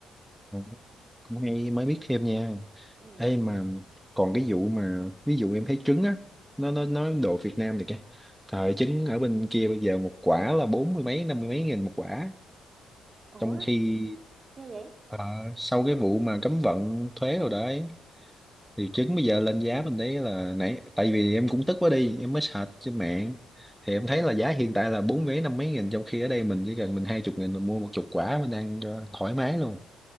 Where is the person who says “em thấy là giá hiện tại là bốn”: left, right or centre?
Centre